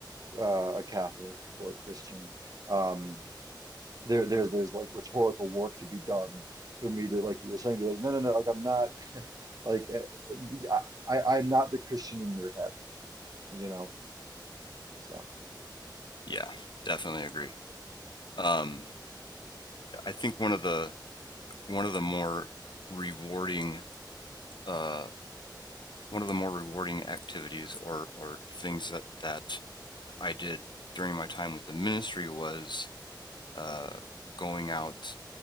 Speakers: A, on the right; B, on the left.
A: uh, a Catholic or a Christian, um there there's there's like rhetorical work to be done for me to like you were saying be like no no no like I'm not <laughs> like uh, we, I, I I'm not the Christian in your head you know so
B: yeah, definitely agree. Um, I think one of the one of the more rewarding uh, one of the more rewarding activities or or things that that I did during my time with the ministry was uh, going out